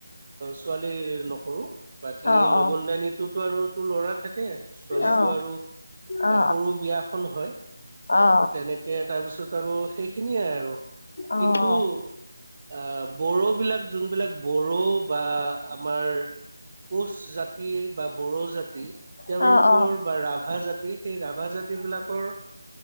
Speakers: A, on the right (about 25°); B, on the left (about 45°).
A: ছোৱালীৰ নকৰো বাকী
B: অ
A: লগুন
B: অ
A: দানিটোতো আৰু তোৰ ল'ৰা থাকে ছোৱালীটো
B: অ
A: আৰু
B: অ
A: সৰু বিয়া হয়
B: অ
A: তেনেকে তাৰপিছত আৰু সেইখিনিয়ে আৰু
B: অ
A: কিন্তু
B: অ
A: হয় আহ বড়ো বিলাক যোনবিলাক বড়ো বা আমাৰ কোচ জাতি বা বড়ো জাতি তেওঁলোকৰ
B: অ', অ',
A: বা ৰাভা জাতি সেই ৰাভা জাতি বিলাকৰ